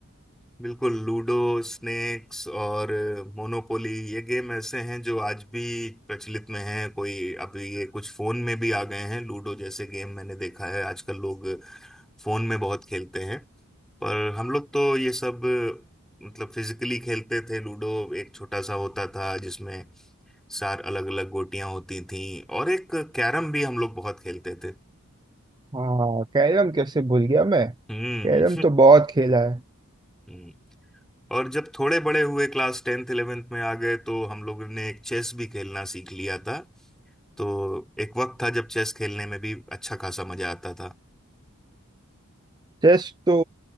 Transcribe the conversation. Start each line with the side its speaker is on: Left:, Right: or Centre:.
Centre: बिल्कुल लूडो स्नेक्स और मोनोपोली ये गेम ऐसे हैं जो आज भी प्रचलित में हैं कोई अभी ये कुछ फोन में भी आ गए हैं लूडो जैसे गेम मैंने देखा है आजकल लोग फोन में बहुत खेलते हैं पर हम लोग तो ये सब मतलब फिजिकली खेलते थे लूडो एक छोटा सा होता था जिसमें चार अलग अलग गोटियां होती थीं और एक कैरम भी हम लोग बहुत खेलते थे
Right: हाँ कैरम कैसे भूल गया मैं
Centre: हम्म
Right: कैरम तो बहुत खेला है
Centre: <laughs> और जब थोड़े बड़े हुए क्लास टेंथ इलेवेंथ में आ गए तो हम लोगों ने एक चेस भी खेलना सीख लिया था तो एक वक्त था जब चेस खेलने में भी अच्छा खासा मजा आता था
Right: चेस तो